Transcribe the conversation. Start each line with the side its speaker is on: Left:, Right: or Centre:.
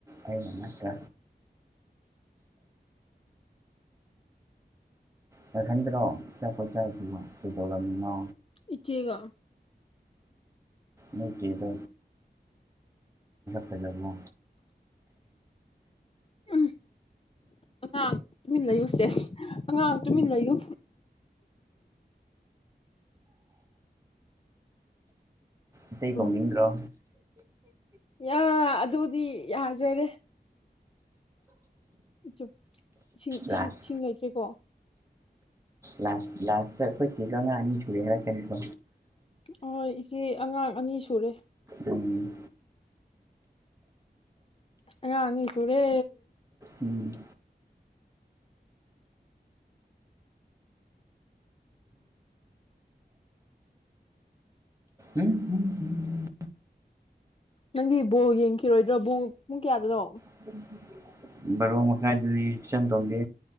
Right: ꯑꯩꯅ ꯅꯠꯇꯦ ꯅꯊꯥꯟꯇꯔꫭ ꯑꯆꯥꯄꯣꯠ ꯆꯥꯏꯗꯨꯕꯨ ꯀꯩꯗꯧꯔꯃꯤꯅꯣ
Left: ꯏꯆꯦꯒ
Right: ꯃꯒꯤꯕꯣ ꯄꯖꯕ
Left: ꯎꯝ ꯑꯉꯥꯡ ꯇꯨꯃꯤꯟ ꯂꯩꯌꯨ ꯁꯦꯁ ꯑꯉꯥꯡ ꯇꯨꯃꯤꯟ ꯂꯩꯌꯨ
Right: ꯏꯇꯩ ꯀꯧꯅꯤꯡꯗꯔꯣ
Left: ꯎꯝ ꯌꯥ ꯑꯗꯨꯗꯤ ꯌꯥꯖꯔꯦ ꯨ ꯏꯁꯤꯡꯁꯤꯡ
Right: ꯂꯥꯁ
Left: ꯁꯤꯡ ꯂꯩꯇ꯭ꯔꯦꯀꯣ
Right: ꯂꯥꯁ ꯂꯥꯁꯇ ꯑꯩꯈꯣꯏ ꯆꯦꯗꯣ ꯑꯉꯥꯡ ꯑꯅꯤ ꯁꯨꯔꯦ ꯍꯥꯏꯔꯛꯀꯅꯤꯀꯣ
Left: ꯑꯣ ꯏꯆꯦ ꯑꯉꯥꯡ ꯑꯅꯤ ꯁꯨꯔꯦ
Right: ꯎꯝ
Left: ꯉꯅꯤꯁꯨꯨꯔꯦ
Right: ꯎꯝ ꯎꯝꯝ
Left: ꯅꯪꯗꯤ ꯕꯣ ꯌꯦꯡꯈꯤꯔꯣꯏꯗ꯭ꯔꯣ ꯕꯣ ꯄꯨꯡ ꯀꯌꯥꯗꯨꯅꯣ
Right: UNINTELLIGIBLE ꯕꯥꯔꯣ ꯃꯈꯥꯏꯗꯥꯅꯤ ꯏꯆꯟꯇꫭꯝꯕꯤ